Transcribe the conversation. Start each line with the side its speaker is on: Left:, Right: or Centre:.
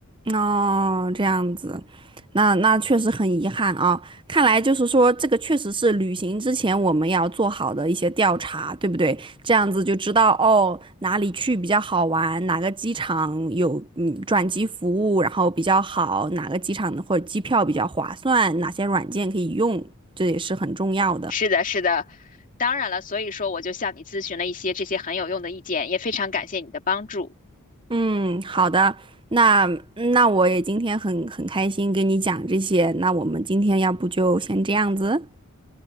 Right: 哦，这样子，那那确实很遗憾啊。看来就是说，这个确实是旅行之前我们要做好的一些调查，对不对？这样子就知道哦，哪里去比较好玩，哪个机场有嗯转机服务，然后比较好，哪个机场的或者机票比较划算，哪些软件可以用，这也是很重要的。
Left: 是的，是的。当然了，所以说我就向你咨询了一些这些很有用的意见，也非常感谢你的帮助。
Right: 嗯，好的，那那我也今天很很开心跟你讲这些，那我们今天要不就先这样子。